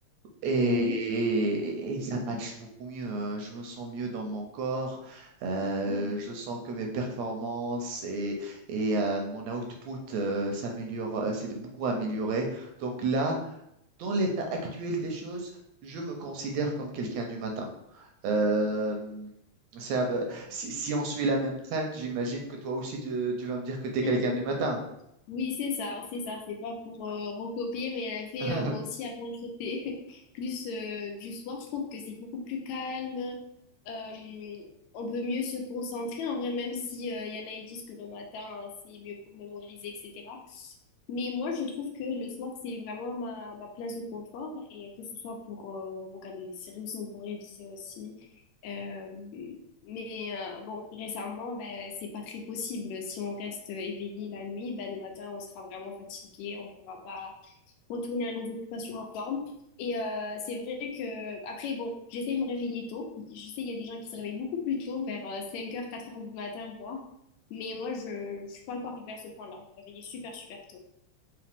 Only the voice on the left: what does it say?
oui.
Mhm.
Mhm.
Oui, c'est ça, c'est ça. C'est pas pour euh, recopier, mais elle a fait,
euh, moi aussi, avant, j'étais <laughs> plus euh, du soir. Je trouve que c'est beaucoup plus calme. Euh, on peut mieux se concentrer, en vrai, même si euh, y en a qui disent que le matin, hein, c'est mieux pour mémoriser, etc. Mais moi, je trouve que le soir, c'est vraiment ma, ma place de confort, et que ce soit pour euh, regarder des séries ou sinon pour réviser aussi. Euh, mais euh, bon, récemment, ben, c'est pas très possible. Si on reste euh, éveillé la nuit, ben, le matin, on sera vraiment fatigué. On pourra pas retourner à nos occupations en forme. Et euh, c'est vrai que, après, bon, j'essaie de me réveiller tôt. Je sais, il y a des gens qui se réveillent beaucoup plus tôt, vers euh, 5 heures, 4 heures du matin, voire. Mais moi, je, je suis pas encore arrivée à ce point-là. Je me réveille super, super tôt.